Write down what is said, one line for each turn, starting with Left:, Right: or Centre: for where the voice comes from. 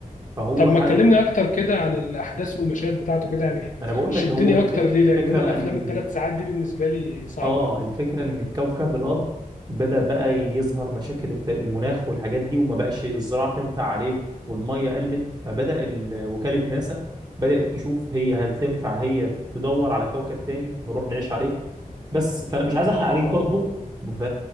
Right: فهو
Left: طب
Right: حاجه
Left: ما تكلمني اكتر كده عن الاحداث والمشاهد بتاعته كده يعني
Right: انا بقول
Left: شدني
Right: لك هو الف-
Left: اكتر ليه
Right: الفكره
Left: لان انا
Right: بقى
Left: الافلام
Right: ان
Left: الثلاث ساعات دي بالنسبه لي صعبه
Right: اه
Left: قوي
Right: الفكرة ان الكوكب الارض بدأ بقى يظهر
Left: مم.
Right: مشاكل الت- المناخ والحاجات دي وما بقاش الزراعة تنفع عليه والمية قلت فبدأ ال- وكالة
Left: مم.
Right: ناسا بدأت تشوف هي هل تنفع هي تدور على كوكب تاني نروح نعيش عليه بس فانا مش عايز احرق
Left: اه
Right: عليك برضو ف-